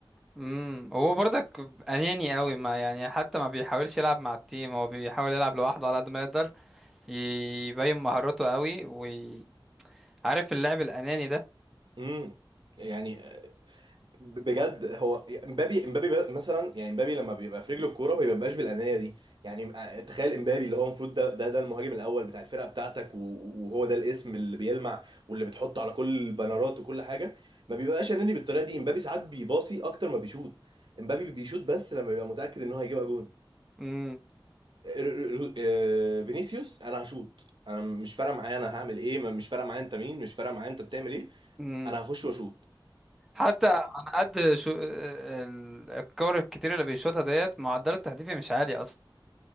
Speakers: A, in the centre; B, on the right.
A: امم هو برضك اناني قوي ما يعني حتى ما بيحاولش يلعب مع التيم هو بيحاول يلعب لوحده على قد ما يقدر يبين مهارته قوي وعارف اللعب الاناني ده
B: امم يعني بجد هو امبابي امبابي ب- مثلا يعني امبابي لما بيبقى في رجله الكوره ما بيبقاش بالانانيه دي يعني م- آه، تخيل امبابي اللي هو المفروض ده ده ده المهاجم الاول بتاع الفرقه بتاعتك و- وهو ده الاسم اللي بيلمع واللي بتحطه على كل البنرات وكل حاجه ما بيبقاش اناني بالطريقه دي امبابي ساعات بيباصي اكتر ما بيشوط امبابي بيشوط بس لما بيبقى متاكد ان هو هيجيبها جون
A: امم
B: آه، ر- ر- ر- آه، فينيسيوس انا هشوط انا مش فارقه معايا انا هعمل ايه مش فارقه معايا انت مين مش فارقه معايا انت بتعمل ايه
A: امم
B: انا هخش واشوط
A: حتى على قد شو آه، ال- الكور الكتير اللي بيشوطها ديت معدل التهديفي مش عالي اصلا